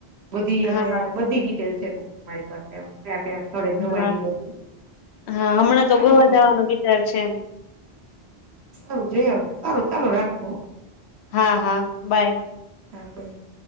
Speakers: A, on the right; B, on the left.
A: બધી અમે
B: હા
A: બધી ડિટેલ છે મારી પાસે કયા કયા થળે જોવાય
B: હા
A: એ બધું
B: હા
A: સારું
B: હમણાં
A: ચાલો
B: ગોવા
A: તો
B: જવાનો વિચાર છે
A: સારું જઈ આવજો સારું ચાલો રાખું હો
B: હા હા બાય
A: <inaudible>